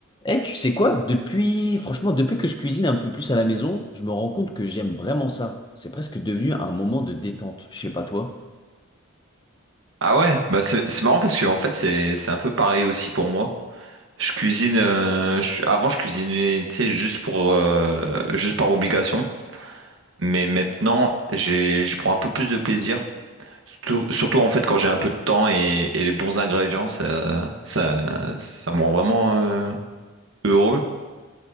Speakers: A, on the left; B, on the right.
A: Eh, tu sais quoi? Depuis, franchement, depuis que je cuisine un peu plus à la maison, je me rends compte que j'aime vraiment ça. C'est presque devenu un moment de détente. Je sais pas toi.
B: Ah ouais, bah c'est c'est marrant parce que en fait c'est c'est un peu pareil aussi pour moi. Je cuisine euh, je- avant je cuisinais tu sais juste pour euh, juste par obligation, mais maintenant j'ai je prends un peu plus de plaisir. Surtout, surtout, en fait quand j'ai un peu de temps et, et les bons ingrédients ça ça ça me rend vraiment euh, heureux.